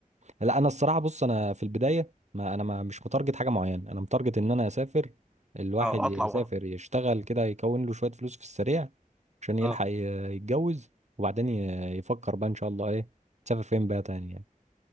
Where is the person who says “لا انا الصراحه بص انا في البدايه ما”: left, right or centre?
Right